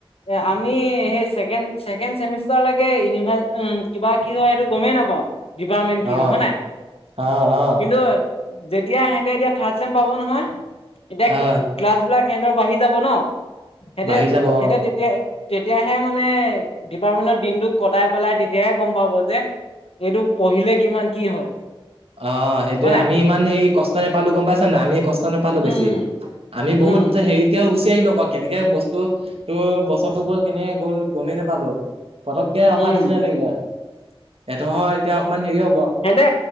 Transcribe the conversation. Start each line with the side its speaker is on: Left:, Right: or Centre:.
Left: এ আমি সেই ছেকেন ছেকেণ্ড চেমিষ্টাৰলৈকে ইউভাৰ ওম, কিবা কি হয় সেইটো গ'মেই নাপাওঁ। ডিপাৰ্টমেণ্ট কি
Right: অ
Left: হয়, হয় নাই?
Right: অ অ
Left: কিন্তু যেতিয়া হেঁতে এতিয়া থাৰ্ ছেম পাব নহয় এতিয়া
Right: অ
Left: ক্লাছ বিলাক সিহঁতৰ বাঢ়ি যাব ন' হেঁতে
Right: বাঢ়ি যাব অ
Left: হেঁতে তেতিয়া তেতিয়াহে মানে ডিপাৰ্টমেন্টৰ দিনটো কটাই পেলাই তেতিয়াহে গ'ম পাব যে এইটো পঢ়িলে কিমান কি হয়
Right: অ' সেইটোয়ে
Left: হয় নাই
Right: আমি ইমান হেৰি কষ্ট নাপালো গ'ম পাইছা নাই, আমিে কষ্ট নেপালো
Left: উম
Right: বেছি। আমি
Left: উম
Right: বহুত' হেৰি কেও গুচি আহিলো আকৌ কেনেকে বস্তু তোৰ বছৰো গ'ল কেনেকে গ'ল গমেই নেপালো। পতককে
Left: উম
Right: অহা নিচিনা লাগিলে, এদখৰ এতিয়া অকমান হেৰি হ'ব।
Left: হেঁতে